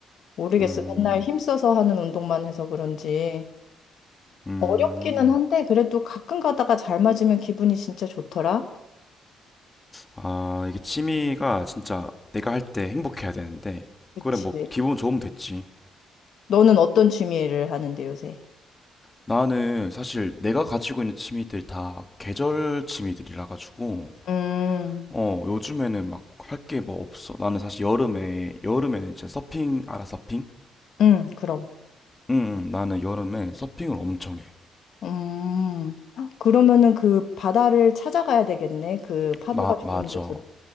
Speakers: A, on the left; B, on the left.
A: 모르겠어.
B: 음,
A: 맨날 힘써서 하는 운동만 해서 그런지
B: 음.
A: 어렵기는 한데 그래도 가끔 가다가 잘 맞으면 기분이 진짜 좋더라.
B: 아, 이게 취미가 진짜 내가 할 때 행복해야 되는데,
A: 그치.
B: 그래, 뭐, 기분 좋으면 됐지.
A: 너는 어떤 취미를 하는데 요새?
B: 나는 사실 내가 가지고 있는 취미들 다 계절 취미들이라 가지고,
A: 음,
B: 어, 요즘에는 막 할 게 뭐 없어. 나는 사실 여름에, 여름에는 진짜 서핑, 알아, 서핑?
A: 음, 그럼.
B: 응, 응, 나는 여름에 서핑을 엄청 해.
A: 음, 그러면은 그 바다를 찾아가야 되겠네. 그 파도가
B: 마,
A: 좋은
B: 맞아.
A: 곳으로.